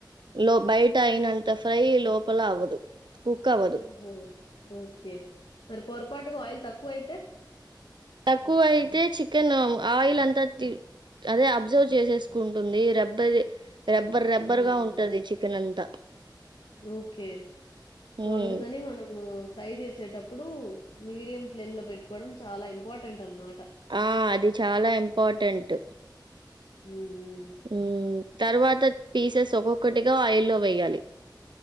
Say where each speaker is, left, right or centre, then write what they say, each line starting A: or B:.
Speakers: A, on the right; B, on the left.
A: లో బయట అయినంత ఫ్రై లోపల అవ్వదు కుక్ అవ్వదు.
B: ఓహో ఓకే మరి పొరపాటుగా ఆయిల్ తక్కువ అయితే
A: తక్కువ అయితే చికెన్ ఆ ఆయిల్ అంతా అదే అబ్జర్వ్ చేసేసుకుంటుంది రెబ్బది రబ్బర్ రబ్బర్
B: హ్మ్.
A: గా ఉంటది చికెన్ అంతా
B: ఓకే
A: హ్మ్.
B: సో అందుకని మనము ఫ్రై చేసేటప్పుడు మీడియం ఫ్లేమ్ లో పెట్టుకోవడం చాలా ఇంపార్టెంట్ అనమాట
A: ఆ అది చాలా ఇంపార్టెంట్
B: మ్మ్ మ్మ్
A: హ్మ్. తర్వాత పీసెస్ ఒక్కొక్కటిగా ఆయిల్లో వెయ్యాలి